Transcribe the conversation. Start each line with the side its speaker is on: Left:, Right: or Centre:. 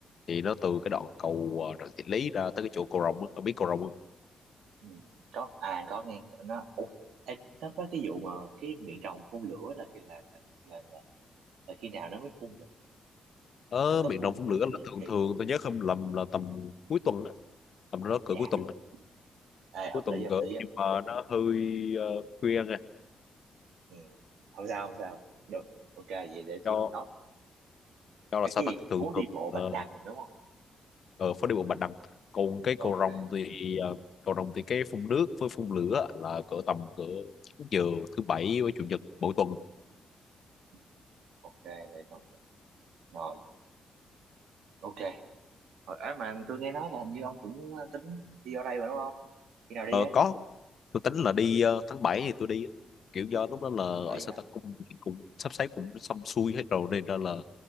Left: thì nó từ cái đoạn cầu ờ, Trần Thị Lý ra tới cái chỗ cầu Rồng á Ông biết cầu Rồng không
Right: ừ. có à có nghe nó Ủa, ê, nó có cái vụ mà cái miệng rồng phun lửa là khi là là, là là là là khi nào nó mới phun vậy
Left: ở
Right: nó có
Left: miền
Right: phun
Left: Đông phun
Right: kiểu
Left: Lửa
Right: định
Left: là thường
Right: kỳ
Left: thường tôi nhớ không lầm là tầm cuối tuần á tầm đó cỡ
Right: à,
Left: cuối tuần
Right: được
Left: á.
Right: được được à, hợp
Left: cuối
Right: lý
Left: tuần
Right: hợp
Left: cỡ
Right: lý á
Left: nhưng mà nó hơi ờ, khuya nghe
Right: ừ. không sao không sao được ok vậy để
Left: cho
Right: tôi note
Left: cho
Right: Ê,
Left: là sao
Right: cái
Left: ta
Right: gì
Left: thường
Right: phố đi
Left: thường
Right: bộ
Left: ờ,
Right: Bạch Đằng đúng không
Left: ở phố đi bộ Bạch Đằng còn cái
Right: ok
Left: cầu Rồng thì ờ, cầu Rồng thì cái phun nước với phun lửa là cỡ tầm cỡ chín giờ thứ bảy với chủ nhật mỗi tuần
Right: Ừ, ok để note Rồi, ok. Rồi, à, mà tôi nghe nói là hình như ông cũng tính đi ở đây mà đúng không? Khi nào đi
Left: Ờ,
Right: á?
Left: có tôi tính là đi ờ, tháng 7 thì tôi đi kiểu do lúc đó là ở
Right: Bảy
Left: sao
Right: hả?
Left: ta cũng cũng sắp xếp cũng xong xuôi hết rồi nên ra là